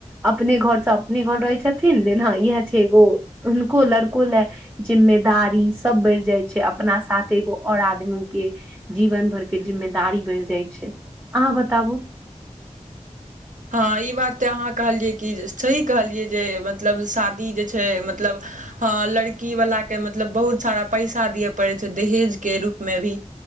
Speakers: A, on the right; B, on the right.
A: अपने घरसँ अपने घर रहै छथिन, लेकिन हँ ऐह छै एगो, हुनको लड़को ले जिम्मेदारी सब बढ़ि जाइ छै, अपना साथ एगो और आदमी के जीवन भरके जिम्मेदारी बढ़ि जाइ छै, अहाँ बताबु
B: हँ ई बात तऽ अहाँ कहलियै कि सही कहलियै, जे मतलब शादी जे छै, मतलब हँ लड़की बलाके मतलब बहुत सारा पैसा दिय परय छै, दहेजके रूपमे भी